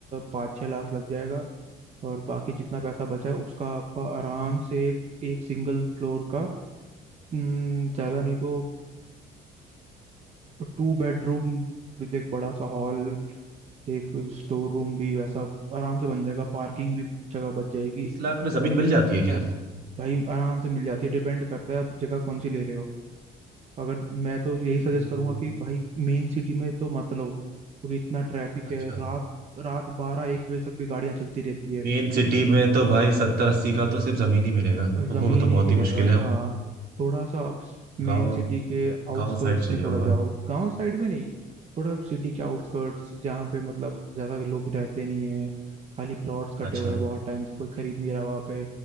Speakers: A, on the right; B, on the right.
A: पाँच छः लाख लग जाएगा और बाकी जितना पैसा बचा है उसका आपका आराम से एक एक सिंगल फ्लोर का ज़्यादा नहीं तो टू बेडरूम विद एक बड़ा सा हॉल एक स्टोर रूम भी वैसा आराम से बन जाएगा पार्किंग भी जगह बच जाएगी
B: तीस लाख में जमीन मिल जाती है क्या
A: भाई आराम से मिल जाती है डिपेंड करता है आप जगह कौन सी ले रहे हो अगर मैं तो यही
B: हम्म,
A: सजेस्ट करूंगा कि भाई मेन सिटी में तो मत लो क्योंकि इतना ट्रैफिक
B: अच्छा
A: है रात रात बारह एक बजे तक भी गाड़ियां चलती रहती है
B: मेन सिटी में तो भाई सत्तर अस्सी का तो सिर्फ जमीन ही मिलेगा वो
A: जमीन
B: तो बहुत
A: ही मिलेगा
B: ही मुश्किल है
A: हाँ थोड़ा सा मेन
B: गांव
A: सिटी के आउटस्कर्ट्स
B: गांव साइड चाहिए
A: में थोड़ा
B: होगा
A: जाओ गांव साइड में नहीं थोड़ा सिटी के आउटस्कर्ट्स जहाँ पे मतलब ज्यादा लोग रहते नहीं है खाली प्लॉट्स कटे
B: अच्छा
A: हुए हैं बहुत टाइम से कोई खरीद नहीं रहा वहाँ पे